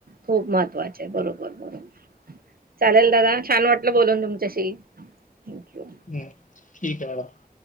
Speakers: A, on the right; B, on the left.
A: खूप महत्त्वाचे आहे बरोबर बरोबर चालेल दादा छान वाटलं बोलून तुमच्याशी? थँक्यू
B: हम्म ठीक आहे मडम.